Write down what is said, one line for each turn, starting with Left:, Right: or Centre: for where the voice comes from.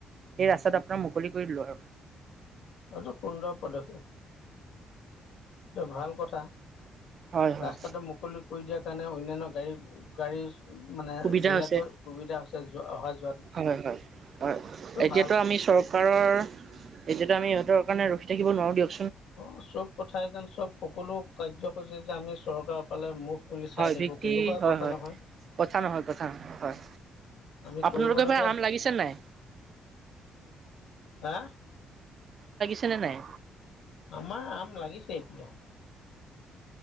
Right: সেই ৰাস্তাটো আপোনাৰ মুকলি কৰি দিলো আৰু।
Left: এইটো সুন্দৰ পদক্ষেপ। এ ভাল কথা
Right: হয় হয়
Left: ৰাস্তাতে মুকলি কৰি দিয়াৰ কাৰণে অনন্যান গাড়ী-গাড়ী মানে
Right: সুবিধা
Left: বিলাকৰ
Right: হৈছে
Left: সুবিধা হৈছে অহা যোৱা।
Right: হয়, হয়, হয়, এতিয়াতো
Left: ভাল
Right: আমি চৰকাৰৰ এতিয়াটো আমি ইহতৰ কাৰণ ৰখি থাকিব নোৱাৰো দিয়ক।
Left: অ' চব কথাই যেন চব সকলো কাৰ্যসূচী যে আমি চৰকাৰৰ ফালে মুখ খুলি চাই
Right: হয়
Left: থাকিব
Right: ভিকতি,
Left: তেনেকুৱা
Right: হয়-হয়
Left: কথা নহয়
Right: কথা নহয় কথা নহয় হয়।
Left: আমি
Right: আপোনালোকৰ
Left: কৰিবলগীয়া
Right: এইবাৰ আম লাগিছে নাই?
Left: হা
Right: চনে নাই?
Left: আমাৰ আম লাগিছে এইফালে।